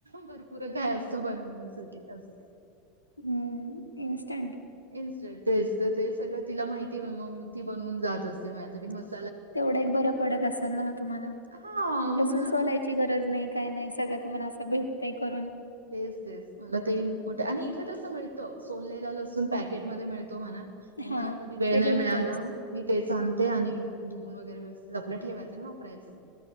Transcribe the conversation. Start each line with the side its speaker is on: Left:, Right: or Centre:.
Right: भरपूर काय असतं बनवण्यासाठी असं.
Left: हम्म, इनस्टंड
Right: इनस्टंड तेच तर ते सगळं तिला माहितीय मग ती बनवून जात असते, माझ्यासाठी मस्त
Left: तेवढ एक बरं पडत असेल ना मग तुम्हाला,
Right: हां, मग
Left: लसूण
Right: मला
Left: सोलाय ची गरज नाही, काही नाही सगळं तुम्हाला असं भेटतय करून
Right: तेच-तेच. मला ते मं मोठं आणि इथे तसं मिळतं, सोललेलं लसून पॅकेटमध्ये मिळतो म्हणा. म
Left: हा
Right: मला कधी वेळ
Left: ते
Right: नाही
Left: भेटतच
Right: मिळाला मी तेच आणते आणि धुवून वगैरे व्यवस्थित आपलं ठेवायचं आणि वापरायचं.